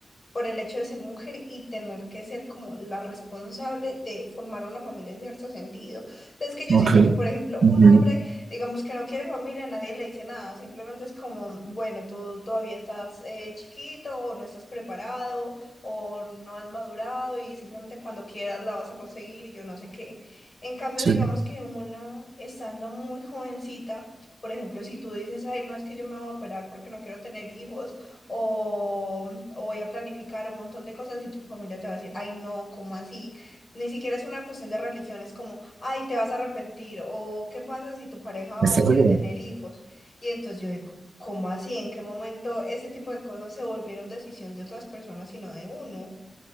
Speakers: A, on the left; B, on the right.
A: por el hecho de ser mujer y tener que ser como la responsable de formar una familia en cierto sentido. O sea, es que yo
B: ok.
A: siento que, por ejemplo, un
B: Entiendo.
A: hombre, digamos que no quiere familia, nadie le dice nada, simplemente es como, bueno, tú todavía estás eh, chiquito o no estás preparado o no has madurado y simplemente cuando quieras la vas a conseguir y yo no sé qué. En cambio,
B: Sí,
A: digamos
B: sí.
A: que uno estando muy jovencita, por ejemplo, si tú dices, ay, no es que yo me voy a operar porque no quiero tener hijos, o, o voy a planificar un montón de cosas y tu familia te va a decir, ay, no, ¿cómo así? Ni siquiera es una cuestión de religión, es como, ay, te vas a arrepentir. O qué pasa si tu pareja
B: ¿Estás
A: quiere
B: seguro?
A: tener hijos. Y entonces yo digo, ¿cómo así? ¿En qué momento ese tipo de cosas se volvieron decisión de otras personas y no de uno?